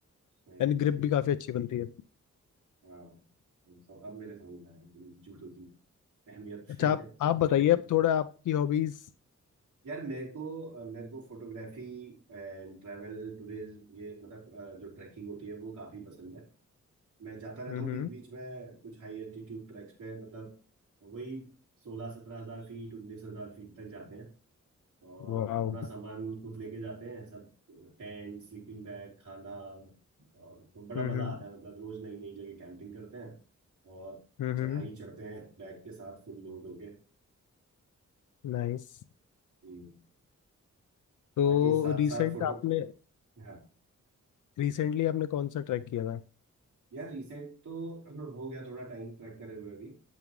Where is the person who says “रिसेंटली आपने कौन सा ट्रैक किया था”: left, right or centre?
Left